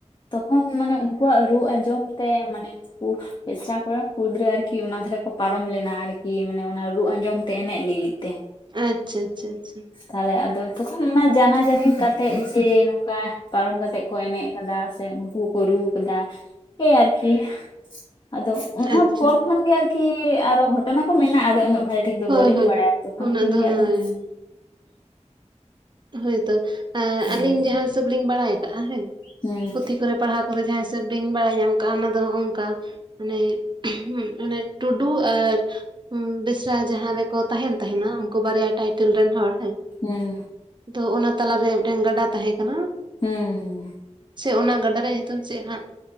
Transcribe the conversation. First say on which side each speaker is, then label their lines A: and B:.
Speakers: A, on the left; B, on the right.
A: ᱛᱚᱠᱷᱚᱱ ᱢᱟᱱᱮ ᱩᱱᱠᱩᱣᱟᱜ ᱨᱩ ᱟᱸᱡᱚᱢ ᱛᱮ ᱢᱟᱱᱮ ᱱᱩᱠᱩ ᱯᱮᱥᱨᱟ ᱠᱚᱨᱮᱱ ᱠᱩᱲᱤ ᱜᱤᱫᱽᱨᱟᱹ ᱟᱨᱠᱤ ᱚᱱᱟ ᱫᱷᱟᱨᱮ ᱠᱚ ᱯᱟᱨᱚᱢ ᱞᱮᱱᱟ ᱟᱨᱠᱤ ᱢᱟᱱᱮ ᱚᱱᱟ ᱨᱩ ᱟᱸᱡᱚᱢ ᱛᱮ ᱮᱱᱮᱡ ᱞᱟᱹᱜᱤᱫ ᱛᱮ
B: ᱟᱪᱪᱷᱟ ᱟᱪᱪᱷᱟ ᱟᱪᱪᱷᱟ
A: ᱛᱟᱦᱚᱞᱮ ᱟᱫᱚ ᱛᱚᱠᱷᱚᱱ ᱚᱱᱟ ᱡᱟᱱᱟ ᱡᱟᱹᱱᱤ ᱠᱟᱛᱮᱜ ᱡᱮ ᱱᱚᱝᱠᱟ ᱯᱟᱨᱚᱢ ᱠᱟᱛᱮᱜ ᱠᱚ ᱮᱱᱮᱡ ᱟᱠᱟᱫᱟ᱾ ᱥᱮ ᱩᱱᱠᱩ ᱠᱚᱠᱚ ᱨᱩ ᱠᱮᱫᱫᱟ ᱥᱮ <unintelligible> ᱟᱨᱠᱤ ᱟᱫᱚ ᱚᱱᱟ
B: ᱟᱪᱪᱷᱟ
A: ᱯᱚᱨ ᱠᱷᱚᱱ ᱜᱮ ᱟᱨᱠᱤ <unintelligible> ᱠᱤ ᱟᱨᱚ ᱜᱷᱚᱴᱚᱱᱟ ᱠᱚ ᱢᱮᱱᱟᱜᱼᱟ ᱟᱫᱚ ᱩᱱᱟᱹᱜ ᱵᱷᱟᱜᱮ ᱴᱷᱤᱠ ᱫᱚ
B: ᱦᱳᱭ
A: ᱵᱟᱹᱞᱤᱧ
B: ᱦᱳᱭ
A: ᱵᱟᱲᱟᱭᱟ ᱛᱚᱠᱷᱚᱱ
B: ᱩᱱᱟᱹᱜ
A: ᱠᱷᱚᱱᱜᱮ
B: ᱫᱚ ᱦᱳᱭ
A: ᱟᱫᱚ <unintelligible>
B: ᱦᱳᱭ ᱦᱳᱭᱛᱚ
A: ᱦᱮᱸ
B: ᱟᱹᱞᱤᱧ ᱡᱟᱦᱟᱸ ᱦᱤᱥᱟᱹᱵᱽ ᱞᱤᱧ ᱵᱟᱲᱟᱭ ᱟᱠᱟᱜᱼᱟ ᱦᱮᱸ
A: ᱦᱩᱸ
B: ᱯᱩᱛᱷᱤ ᱠᱚ ᱯᱟᱲᱦᱟᱣ ᱫᱚ ᱡᱟᱦᱟᱸ ᱦᱤᱥᱟᱹᱵᱽ ᱵᱟᱹᱧ ᱵᱟᱲᱟᱭ ᱧᱟᱢ ᱠᱟᱜᱼᱟ ᱚᱱᱟ ᱫᱚ ᱦᱚᱸᱜᱼᱚᱝᱠᱟ <unintelligible> ᱢᱟᱱᱮ ᱢᱟᱱᱮ ᱴᱩᱰᱩ ᱟᱨ ᱩ ᱵᱮᱥᱨᱟ ᱡᱟᱦᱟᱸ ᱨᱮᱠᱚ ᱛᱟᱦᱮᱱ ᱛᱟᱦᱮᱱᱟ ᱩᱱᱠᱩ ᱵᱟᱨᱭᱟ ᱴᱟᱭᱴᱮᱞ ᱨᱮᱱ ᱦᱚᱲ ᱦᱮᱸ᱾
A: ᱦᱮᱸ
B: ᱛᱚ ᱚᱱᱟ ᱛᱟᱞᱟᱨᱮ ᱢᱤᱫᱴᱮᱱ ᱜᱟᱰᱟ ᱛᱟᱦᱮᱸ ᱠᱟᱱᱟ᱾
A: ᱦᱮᱸ
B: ᱥᱮ ᱚᱱᱟ ᱜᱟᱰᱟ ᱨᱮᱭᱟᱜ ᱧᱩᱛᱩᱢ ᱪᱮᱫ ᱦᱟᱸᱜ?